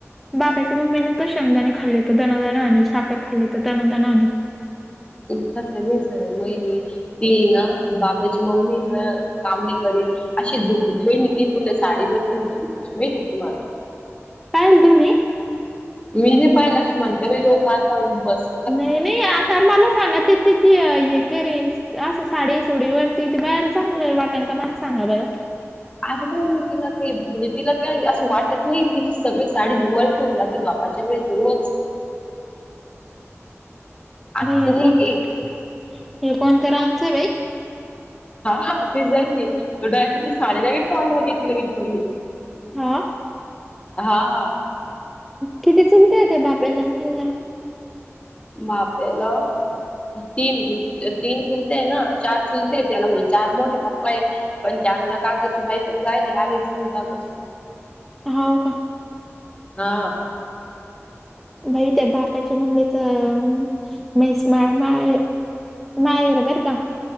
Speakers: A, in the centre; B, on the left.
A: बापच्या मम्मी ना तर शंगदाणे खाल्लेत दनादा आण साखर खाल्ली तर दानाना आनी..
B: ती ना बाबाची मम्मी ना काम नाही करीत अशी झोपत वळ ती पूर्ण साडी वरती होऊन जाते तिची माहिती का तुम्हाला
A: ल तुम्ही
B: मी नाही पाहिला म्हणते बाई लोक आता मस्....
A: नाई नाई आता मला सांगा तें तची हे करीन असं साडी सोडी वरती त बाहेर चांगलं वाटल का मला सांगा बरं.
B: अग पण तिला तिला काही म्हणजे तिला काय असं वाटत नाही तिची सगळी साडी धुवाय <unintelligible>
A: रिकामा ऑडिओ
B: असली
A: नाई हे कोणत्या,
B: की
A: कोणत्या रांची हाय बाई?
B: हा हा ते जाईल नी तिची साडी डायरेक्ट तोंडावर घेते लगे पूर्णी..
A: हा...
B: हा हा.
A: किती चुलते त्या्या बाप्याला ण त्यानला.
B: माप्याला... तीन. तीन चुलतेय ना चार चुलतेय त्याला म्हणजे चार मोठे पप्पा आहे... पण त्यांना काकाची बाईक वरून जायले आलीच नाही काल पासून.
A: हाव का?
B: हा...
A: बाई त्या बाप्याच्या मम्मीच तर मैस्माळ माळ.. नयेर बरं का.